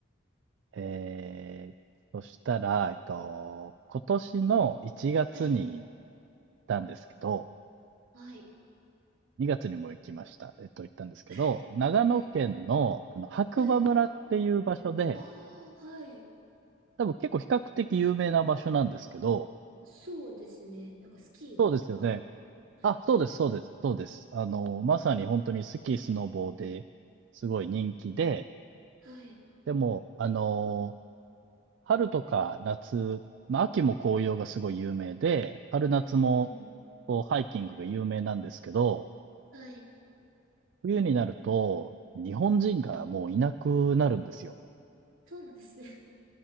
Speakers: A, on the right (about 60°); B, on the right (about 85°).
A: えー、そしたら、えっと、今年の1月に行っ
B: はい。
A: たんですけど、
B: はい。
A: 2月にも行きました。えっと、行ったんですけど、
B: <laughs>
A: 長野県の、
B: はい。
A: あの、白馬村っていう場所で、
B: はい。ああ、はい。
A: 多分結構比較的有名な場所なんですけど、
B: そうですね。なんかスキーとか。
A: そうですよね。
B: はい。
A: あ、そうです、そうです、そうです。あの、まさに本当にスキー、スノボーですごい人気で、
B: はい。
A: でも、あの、春とか夏、まあ、秋も紅葉がすごい有名で、春夏も
B: うんうん。
A: こうハイキングが有名なんですけど、
B: はい。
A: 冬になると日本人がもういなくなるんですよ。
B: そうなんですね。